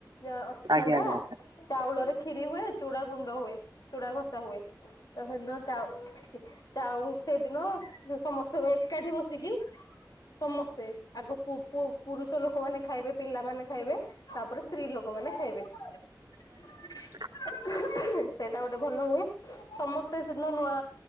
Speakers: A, on the left (about 60°); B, on the right (about 70°).
A: ଯ
B: ଆଜ୍ଞା
A: ଚୁଡ଼ା
B: ଆଜ୍ଞା
A: ଚାଉଳରେ କ୍ଷିରି ହୁଏ ଚୁଡ଼ା ଗୁଣ୍ଡ ହୁଏ ଚୁଡ଼ା ଘସା ହୁଏ ତ ହେନ ଚାଉ ଚାଉଁ ସେଦିନ ସ୍ ସମସ୍ତେ ମେ ଏକାଠି ବସିକି ସମସ୍ତେ ଆଗ ପୁଅ ପୁଅ ପୁରୁଷ ଲୋକମାନେ ଖାଇବେ ପିଲାମାନେ ଖାଇବେ ତାପରେ ସ୍ତ୍ରୀ ଲୋକମାନେ ଖାଇବେ। ହ
B: ହ
A: ସେଟା ଗୋଟେ ଭଲ ହୁଏ ସମସ୍ତେ ସେ ଦିନା ନୂଆ